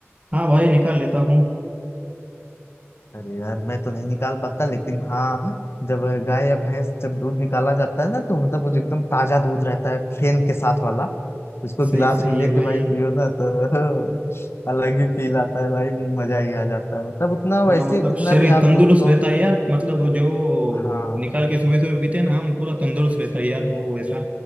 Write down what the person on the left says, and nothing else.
अरे यार मैं तो नहीं निकाल पाता लेकिन हाँ जब गाय या भैंस जब दूध निकाला जाता है ना तो मतलब वो जो एकदम ताजा दूध रहता है फेन के साथ वाला उसको
गिलास
में लेके
भाई पियो ना तो <laughs> अलग ही फील आता है भाई मजा ही आ जाता है मतलब उतना वैसे
कितना
भी आप
दूध को
हाँ